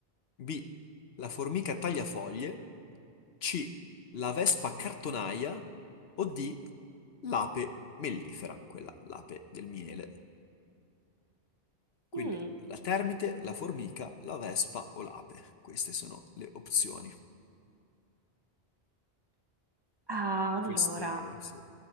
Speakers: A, on the left; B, on the right.
A: B. La formica tagliafoglie. C. La vespa cartonaia. O D. L'ape mellifera, quella l'ape del miele. Quindi
B: Mm.
A: la termite, la formica, la vespa o l'ape. Queste sono le opzioni.
B: Ah, Allora,
A: Queste sì,